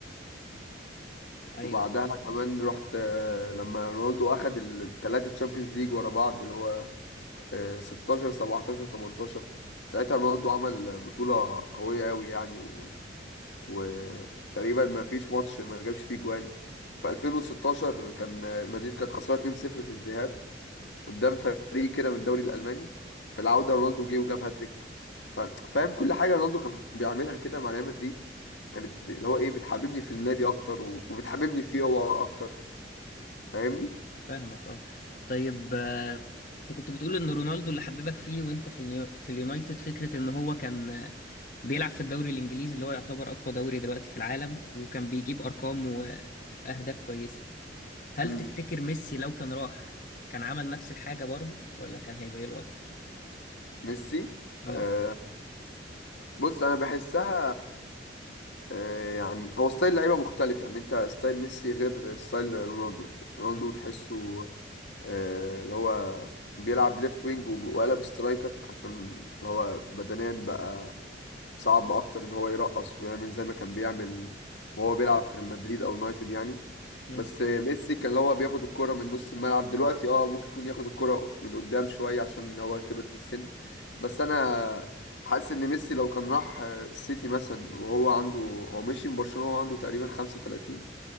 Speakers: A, on the left; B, on the left.
A: ايوه
B: وبعدها كمان رحت آه، لما رونالدو أخد التلاتة تشامبيونز ليج ورا بعض اللي هو آه، 16 17 18 ساعتها رونالدو عمل بطولة قوية أوي يعني وتقريبا ما فيش ماتش ما جابش فيه جوان في 2016 كان المدريد كانت خسرانه 2-0 في الذهاب قدام فريق كده من الدوري الالماني في العوده رونالدو جه وجاب هاتريك ف- فاهم كل حاجه رونالدو كان بيعملها كده مع ريال مدريد كانت ب- اللي هو ايه بتحببني في النادي اكتر و- وبتحببني فيه هو اكتر فاهمني
A: فاهمك اه طيب آه، انت كنت بتقول ان رونالدو اللي حببك فيه وانت في اليو... في اليونايتد فكره ان هو كان آه، بيلعب في الدوري الانجليزي اللي هو يعتبر اقوى دوري دلوقتي في العالم وكان بيجيب ارقام واهداف كويسه هل
B: مم.
A: تفتكر ميسي لو كان راح كان عمل نفس الحاجه برضو ولا كان هيبقى ايه الوضع
B: ميسي
A: اه
B: آه بص انا بحسها آه، يعني هو ستايل لعيبه مختلف يعني انت ستايل ميسي غير ستايل رونالدو رونالدو
A: صح
B: تحسه آه، اللي هو بيلعب ليفت وينج وب- وقلب سترايكر عشان اللي هو بدنيا بقى صعب اكتر ان هو يرقص ويعمل زي ما كان بيعمل وهو بيلعب في مدريد او يونايتد يعني
A: مم.
B: بس آه، ميسي كان اللي هو بياخد الكرة من نص الملعب دلوقتي اه ممكن يكون ياخد الكرة من قدام شوية عشان هو كبر في السن بس انا حاسس ان ميسي لو كان راح آه، السيتي مثلا وهو عنده هو مشي من برشلونة وهو عنده تقريبا 35